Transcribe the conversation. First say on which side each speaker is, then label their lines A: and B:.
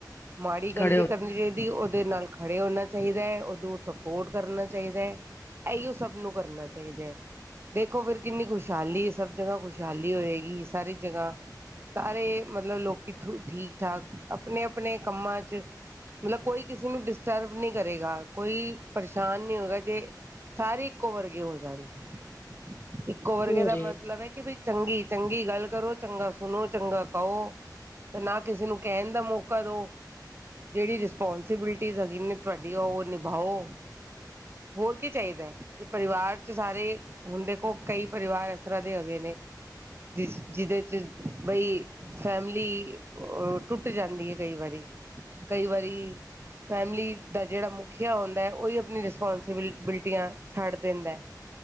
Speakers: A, on the right (about 35°); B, on the left (about 30°).
A: ਮਾੜੀ ਗੱਲ
B: ਖੜੇ
A: ਨੀ ਕਰਨੀ ਚਾਹੀਦੀ। ਉਹਦੇ ਨਾਲ ਖੜੇ ਹੋਣਾ ਚਾਹੀਦਾ ਹੈ, ਓਹਨੂੰ ਸਪੋਰਟ ਕਰਨਾ ਚਾਹੀਦਾ ਹੈ। ਇਹੀਓ ਸਭ ਨੂੰ ਕਰਨਾ ਚਾਹੀਦਾ ਹੈ, ਦੇਖੋ ਫਿਰ ਕਿੰਨੀ ਖੁਸ਼ਹਾਲੀ। ਸਭ ਜਗ੍ਹਾ ਖੁਸ਼ਹਾਲੀ ਹੋਏਗੀ ਸਾਰੀ ਜਗ੍ਹਾ। ਸਾਰੇ ਮਤਲਬ ਲੋਕੀ ਠੀਕ ਠਾਕ ਆਪਣੇ ਆਪਣੇ ਕੰਮਾਂ ਚ। ਮਤਲਬ ਕੋਈ ਕਿਸੇ ਨੂੰ ਡਿਸਟਰਬ ਨਹੀਂ ਕਰੇਗਾ ਕੋਈ ਪਰੇਸ਼ਾਨ ਨਹੀਂ ਹੋਵੇਗਾ ਜੇ। ਸਾਰੇ ਇੱਕੋ ਵਰਗੇ ਹੋ ਜਾਂਣ ਤਾਂ ਇੱਕੋ ਵਰਗੇ
B: ਹੋ
A: ਦਾ
B: ਜੀ
A: ਮਤਲਬ ਹੈ ਕਿ ਬਈ ਚੰਗੀ। ਚੰਗੀ ਗੱਲ ਕਰੋ ਚੰਗਾ ਸੁਣੋ ਚੰਗਾ ਕਹੋ ਤੇ ਨਾ ਕਿਸੇ ਨੂੰ ਕਹਿਣ ਦਾ ਮੌਕਾ ਦਓ। ਜਿਹੜੀ ਰਿਸਪੋਂਸੀਬਿਲਿਟੀਜ਼ ਹੈਗੀ ਨੇ ਤੁਹਾਡੀ ਉਹ ਨਿਭਾਓ। ਹੋਰ ਕੀ ਚਾਹੀਦਾ ਹੈ ਜੇ ਪਰਿਵਾਰ ਚ ਸਾਰੇ ਹੁਣ ਦੇਖੋ ਕਈ। ਪਰਿਵਾਰ ਇਸ ਤਰ੍ਹਾਂ ਦੇ ਹੈਗੇ ਨੇ ਜਿਸ ਜਿਹਦੇ ਚ ਬਈ। ਫੈਮਿਲੀ ਅ ਟੁੱਟ ਜਾਂਦੀ ਹੈ ਕਈ ਵਾਰੀ। ਕਈ ਵਾਰੀ। ਫੈਮਲੀ ਦਾ ਜਿਹੜਾ ਮੁਖੀਆ ਹੁੰਦਾ ਹੈ ਉਹੀ ਆਪਣੀ ਰਿਸਪੋਂਸੀਬਿਲਟੀਆਂ ਛੱਡ ਦਿੰਦਾ।